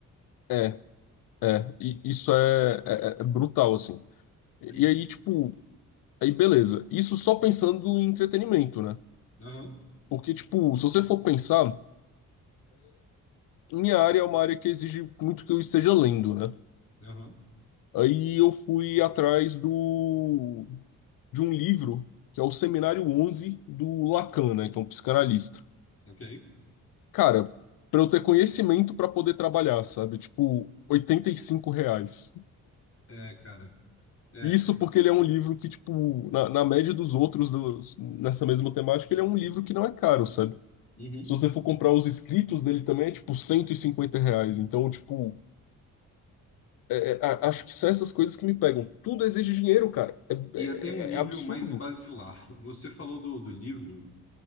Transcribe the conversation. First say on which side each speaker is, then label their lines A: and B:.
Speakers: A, on the left; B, on the left.
A: é, é. E isso é, é, é é brutal, assim. E
B: Uhum.
A: aí, tipo, aí beleza. Isso só pensando em entretenimento, né?
B: Aham,
A: Porque, tipo, se você for pensar, minha área é uma área que exige muito que eu esteja lendo, né?
B: aham,
A: Aí eu fui atrás do, de um livro, que é o Seminário 11 do Lacan, né, que é um psicanalista.
B: ok.
A: Cara, para eu ter conhecimento para poder trabalhar, sabe? Tipo, 85 reais.
B: É, cara. É.
A: Isso porque ele é um livro que, tipo, na, na média dos outros dos- nessa mesma temática, ele é um livro que não é caro, sabe?
B: Uhum.
A: Se você for comprar os escritos dele também, é tipo 150 reais. Então, tipo, é- é- a- acho que são essas coisas que me pegam. Tudo exige dinheiro, cara. É,
B: E até um nível
A: é- é absurdo.
B: mais basilar. Você falou do, do livro